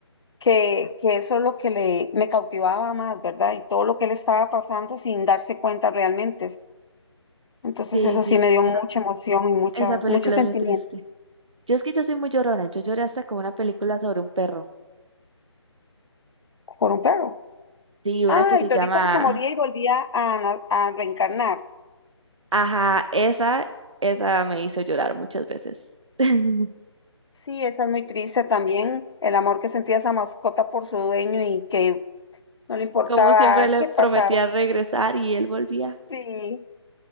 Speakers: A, on the left; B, on the right.
A: que, que eso es lo que le, me cautivaba más, ¿verdad? Y todo lo que le estaba pasando sin darse cuenta realmente. Entonces
B: Sí,
A: eso
B: sí,
A: sí me dio
B: esa,
A: mucha emoción y mucha,
B: esa película
A: mucho sentimiento
B: es muy triste. Yo es que yo soy muy llorona. Yo lloré hasta con una película sobre un perro.
A: por un perro.
B: Sí, una
A: Ah,
B: que se
A: el perrito
B: llama
A: que se moría y volvía a, na- a reencarnar.
B: Ajá, esa, esa me hizo llorar muchas veces. <laughs>
A: Sí, esa es muy triste también, el amor que sentía esa mascota por su dueño y que no le importaba
B: Como siempre le
A: qué
B: prometía
A: pasara.
B: regresar y él volvía.
A: Sí,